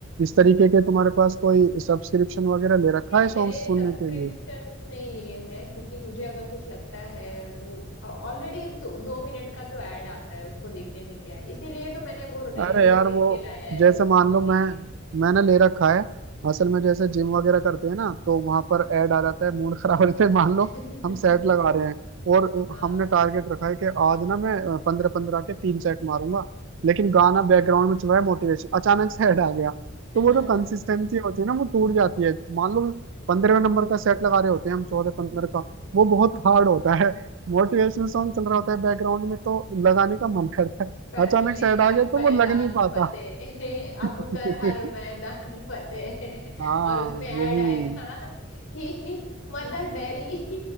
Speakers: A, on the right; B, on the left.
A: इस तरीके के तुम्हारे पास कोई सब्सक्रिप्शन वगैरह ले रखा
B: नहीं
A: है
B: मैंने
A: सॉन्ग सुनने
B: सब्सक्रिप्शंस
A: के लिए
B: नहीं लिए हैं क्योंकि मुझे अगर कुछ लगता है वो ऑलरेडी तो दो मिनट का तो ऐड आता है उसको देखने में क्या है इसीलिए तो मैंने वो रेडियो
A: अरे यार
B: खरीद
A: वो
B: के लाया है वो
A: जैसे
B: सुनने
A: मान लो
B: के
A: मैं
B: लिए
A: मैंने ले रखा है असल में जैसे जिम वगैरह करते हैं ना तो वहां पर ऐड आ जाता है मूड <laughs> खराब रहते हैं मान लो
B: <laughs>
A: हम सेट लगा रहे हैं और
B: हाँ
A: हमने टारगेट रखा है कि आज ना मैं पंद्रह पंद्रह के तीन सेट मारूंगा लेकिन गाना बैकग्राउंड में चल रहा है मोटिवेशन अचानक से ऐड आ गया
B: <laughs>
A: तो
B: ओके
A: वो जो कंसिस्टेंसी होती है ना वो टूट जाती है मान लो पंद्रहवें नंबर का सेट लगा रहे होते हैं हम चौदह पंद्रह
B: हम्म,
A: का वो बहुत हार्ड होता है <laughs> मोटिवेशनल सॉन्ग चल रहा होता है बैकग्राउंड में तो लगाने का मन करता है
B: कर
A: अचानक
B: ले
A: से हटा
B: हर
A: गया तो
B: मैदान
A: वो लग नहीं पाता
B: फतेह अब
A: <laughs>
B: कर हर मैदान फतेह
A: हाँ
B: और उसमें ऐड
A: यही
B: आएगा कि मदर डेरी